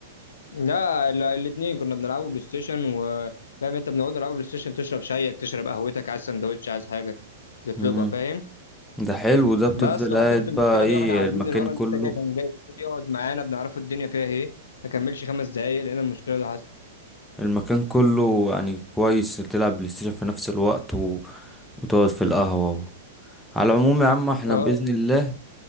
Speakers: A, on the left (about 80°); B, in the centre.
A: لا الاثنين كنا بنلعبوا بلاي ستيشن و فاهم انت بنقعد نلعبوا بلاي ستيشن تشرب شايك تشرب قهوتك عايز سندوتش عايز حاجه تطلبها
B: امم
A: فاهم
B: ده حلو ده بتفضل
A: بس وحصلت
B: قاعد
A: المشكله
B: بقى ايه
A: دي واحنا قاعدين
B: المكان
A: الولد
B: كله
A: لسه جاي كان جاي يقعد معانا بنعرفه الدنيا فيها ايه ما كملش خمس دقايق لقينا المشكله دي حصلت
B: المكان كله يعني كويس تلعب بلاي ستيشن في نفس الوقت و... وتقعد في القهوة و... على العموم يا عم احنا
A: اه
B: بإذن الله